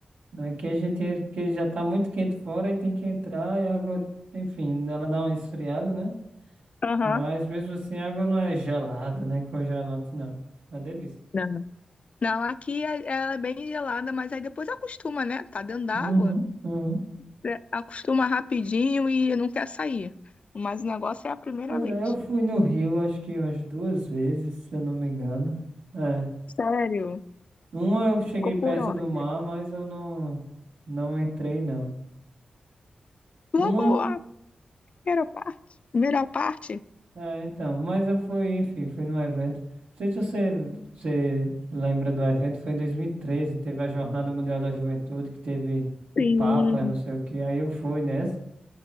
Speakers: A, on the right; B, on the left.
A: Aqui a gente entra porque já tá muito quente fora e tem que entrar e a água, enfim, ela dá uma esfriada, né?
B: Aham.
A: Mas mesmo assim a água não é gelada, né? Congelante não. É uma delícia.
B: Não. Não, aqui é- ela é bem gelada, mas aí depois acostuma, né? Tá dentro d'água,
A: Uhum, uhum.
B: é, acostuma rapidinho e não quer sair. Mas o negócio é a primeira
A: Pois
B: vez.
A: é, eu fui no Rio acho que umas duas vezes, se eu não me engano. É.
B: Sério?
A: Uma eu cheguei
B: Ficou
A: perto
B: por onde?
A: do mar, mas eu não, não entrei não.
B: Logo
A: Uma.
B: a primeira parte. Primeira parte?
A: É, então, mas eu fui, enfim, fui num evento. Não sei se você, você lembra do evento, foi em 2013, teve a Jornada Mundial da Juventude, que teve o
B: Sim.
A: Papa, não sei o que. Aí eu fui nessa.